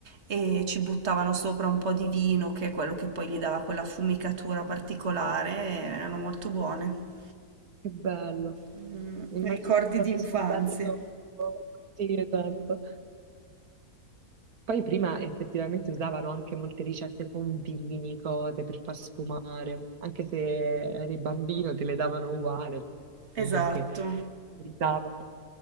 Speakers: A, on the right; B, on the right.
A: e ci buttavano sopra un po' di vino, che è quello che poi gli dava quella fumicatura particolare, e erano molto buone.
B: Che bello.
A: Mm,
B: Immagino
A: Ricordi
B: proprio
A: di infanzia.
B: sia un bel ricordo. Sì, esatto. Poi prima effettivamente usavano anche molte ricette con vini, cose per far sfumare. Anche se eri bambino te le davano uguale,
A: Esatto.
B: non è che ti davano.